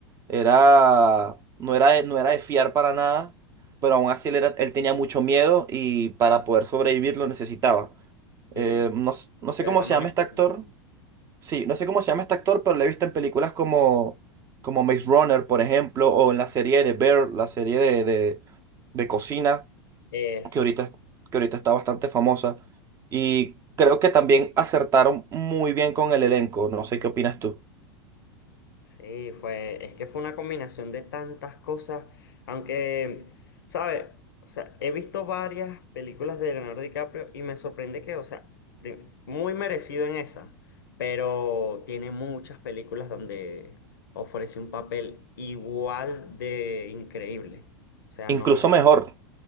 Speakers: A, on the right (about 25°); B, on the left (about 60°).
A: era, no era de, no era de fiar para nada, pero aún así él, era- él tenía mucho miedo y para poder sobrevivir lo necesitaba.
B: Sí,
A: Eh, no, s- no
B: y
A: sé
B: se deja
A: cómo se
B: manipular.
A: llama este actor.
B: por-
A: Sí, no sé cómo se llama este actor, pero lo he visto en películas como, como Maze Runner, por ejemplo, o en la serie de Bear, la serie de, de, de cocina,
B: Eso.
A: que ahorita, que ahorita está bastante famosa. Y creo que también acertaron muy bien con el elenco. No sé qué opinas tú.
B: Sí, fue, es que fue una combinación de tantas cosas, aunque, ¿sabes? O sea, he visto varias películas de Leonardo DiCaprio y me sorprende que, o sea, prim- muy merecido en esa, pero tiene muchas películas donde ofrece un papel igual de increíble. O sea,
A: Incluso
B: no,
A: mejor.